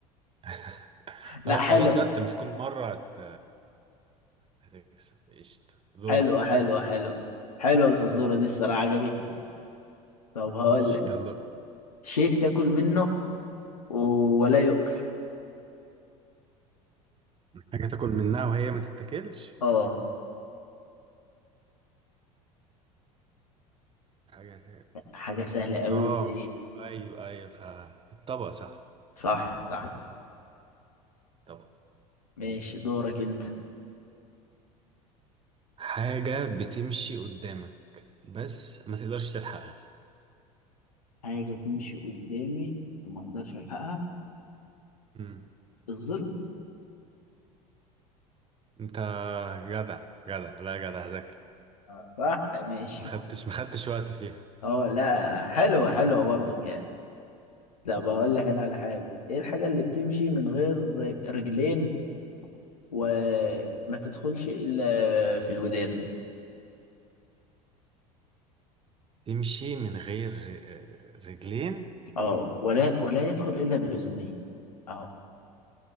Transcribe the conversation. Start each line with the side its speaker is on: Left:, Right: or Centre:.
Right: <laughs>
Left: لا
Right: اه خلاص
Left: حلو
Right: بقى انت مش كل مرة هت... هتكسب قشطة دورك
Left: حلو حلو حلو حلوه الفزوره دي الصراحه عجبتني طب هقول
Right: ماشي،
Left: لك
Right: يلا
Left: شيء تاكل منه و- ولا يؤكل
Right: حاجة تاكل منها وهي ما تتاكلش
Left: اه
Right: حاجة
Left: حاجه سهله قوي
Right: اه
Left: دي
Right: ايوه ايوه فالطبق صح
Left: صح صح
Right: الطبق
Left: ماشي دورك انت
Right: حاجة بتمشي قدامك بس ما تقدرش تلحقها
Left: حاجة تمشي قدامي وما اقدرش الحقها
Right: مم.
Left: الظل
Right: انت جدع جدع لا جدع ذكي
Left: آه، صح ماشي
Right: ما خدتش ما خدتش وقت فيها
Left: اه لا حلوة حلوة برضك يعني طب اقول لك انا على حاجة ايه الحاجة اللي بتمشي من غير رجلين وما تدخلش الا في الودان
Right: تمشي من غير ر- رجلين
Left: اه ولا ولا يدخل الا بالاذنين اه